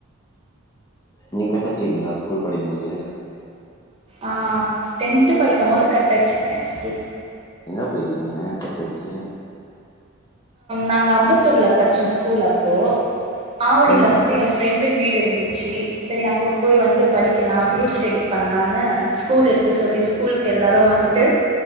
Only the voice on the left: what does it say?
நீங்க கட்டடுச்சுக்கீங்களா ஸ்கூல் படிக்கும்போது
எங்க போயிருக்கீங்க கட்டடுச்சு
ம்